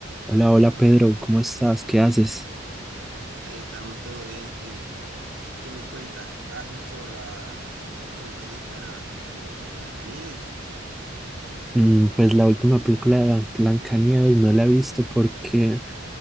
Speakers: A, in the centre; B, on the right.
A: Hola, hola Pedro, ¿cómo estás? ¿Qué haces?
B: Ahí estamos, todo bien. Eh, ¿qué me cuentas? ¿Has visto la última película de Blancanieves?
A: Mm, pues la última película de Blan- Blancanieves no la he visto porque